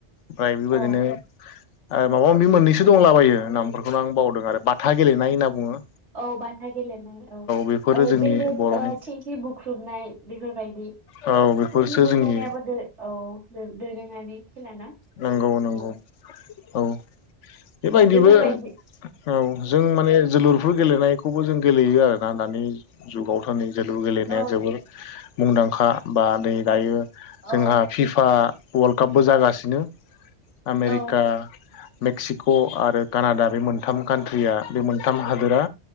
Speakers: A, on the left; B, on the right.
A: प्राइ बेबायदिनो
B: औ
A: आरो माबा माबि मोननैसो दंलाबायो नामफोरखौनो आं बावदों आरो बाथा गेलेनाय होनना बुङो
B: औ बाथा गेलेनाय
A: बेफोरो
B: औ
A: जोंनि
B: बेदेर
A: बर'नि
B: थिंखि बुख्रुबनाय बेफोरबायदि
A: औ बेफोरसो
B: थिख्लि बुख्रुबनायाबो
A: जोंनि
B: दो औ दो दोरोङारि खेलाना
A: नंगौ
B: औ
A: नंगौ औ बेबायदिबो
B: औ बेफोरबायदि
A: औ जों माने जोलुर बो गेलेनायखौबो जों गेलेयो आरोना दानि जुगाव थानै जोलुर गेलनाय
B: औ
A: जोबोर मुंदांखा बा दै दायो
B: औ
A: जोंहा फिफा वाल्ड कापबो जागास <unintelligible> आमेरिका
B: औ
A: मेक्सिक आरो कानाडा बे मोनथाम कान्ट्रिया बे मोनथाम हादोरा।